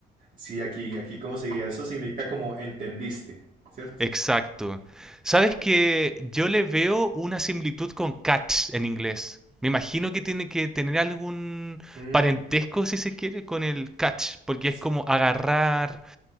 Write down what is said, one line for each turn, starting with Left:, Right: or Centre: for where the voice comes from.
Right: Sí, aquí, aquí, ¿cómo se diría? Eso significa como entendiste, ¿cierto?
Centre: Exacto. Sabes que yo le veo una similitud con catch en inglés. Me imagino que tiene que tener algún
Right: Mm,
Centre: parentesco, si se quiere, con el catch, porque
Right: sí.
Centre: es como agarrar.